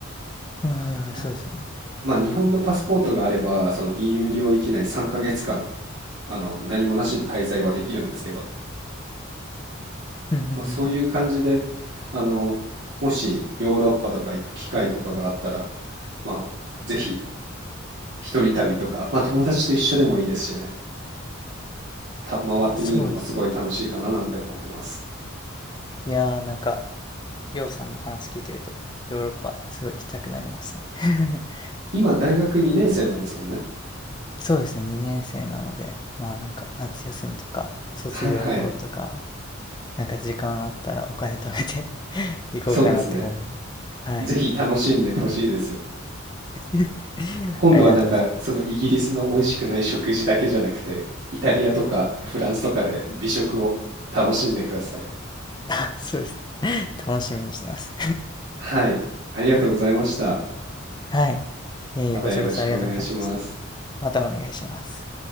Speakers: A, on the left; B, on the right.
A: うん、はいはい、
B: だか
A: そうですよね。
B: まあ、日本のパスポートがあれば、その EU 領域内3ヶ月間、あの、何もなしで滞在はできるんですけど、
A: うんうんうんうん。
B: まあ、そういう感じで、あの、もしヨーロッパとか行く機会とかがあったら、まあ、ぜひ一人旅とか、まあ、友達と一緒でもいいですしね、た回ってみるのもすごい楽しいかななんて思ってます。
A: そうですね。いやー、なんかりょうさんの話聞いてると、ヨーロッパすごい行きたくなりましたね <laughs>。
B: 今、大学2年生なんですもんね。
A: そうですね、2年生なので、まあなんか夏休みとか、卒業旅行とか、
B: はいはい。
A: なんか時間あったらお金貯めて <laughs> 行こうかなって思います。
B: そうですね。
A: はい
B: ぜひ楽しんでほしいです。
A: <laughs>。
B: 今度はなんか、
A: ありがとうございます。
B: そのイギリスの美味しくない食事だけじゃなくて、イタリアとかフランスとかで美食を楽しんでください。
A: <laughs> あそうですね。楽しみにしてます。
B: はい。ありがとうございました。
A: はい。いえいえ、
B: またよろしくお願いします。
A: こちらこそありがとうございました。またお願いします。